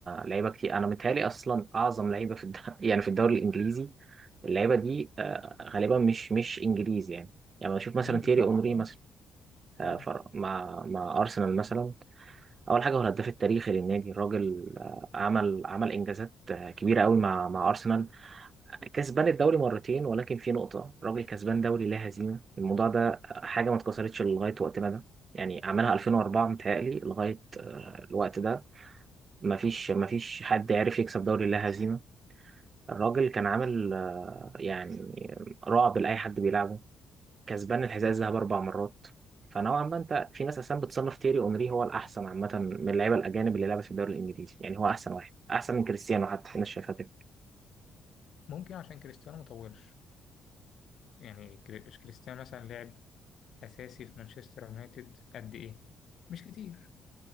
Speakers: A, on the right (about 40°); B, on the left (about 65°).
A: لعيبه كتير انا متهيألي اصلا اعظم لعيبه في الد... <laughs> يعني في الدوري الانجليزي اللعيبه دي آه، غالبا مش مش انجليزي يعني يعني بشوف مثلا
B: مم، بالظبط
A: تييري اونري
B: اه
A: مثلا
B: اه
A: آه، فر- مع مع ارسنال مثلا اول حاجه هو الهداف التاريخي للنادي الراجل آه، عمل عمل انجازات آه، كبيره قوي مع مع ارسنال كسبان الدوري مرتين ولكن في نقطه الراجل كسبان دوري لا هزيمه الموضوع ده آه، حاجه ما اتكسرتش لغايه وقتنا ده يعني عملها 2004 متهيألي لغايه آه، الوقت ده ما فيش ما فيش حد عرف يكسب دوري لا هزيمة الراجل كان عامل آه، يعني رعب لأي حد بيلعبه كسبان الحذاء الذهبي أربع مرات فنوعا ما أنت في ناس أصلا بتصنف تيري أونري هو الأحسن عامة من اللعيبة الأجانب اللي لعبت في الدوري الإنجليزي يعني هو أحسن واحد أحسن من كريستيانو حتى في ناس شايفها كده
B: ممكن عشان كريستيانو مطولش يعني كري- كريستيانو مثلا لعب اساسي في مانشستر يونايتد قد ايه مش كتير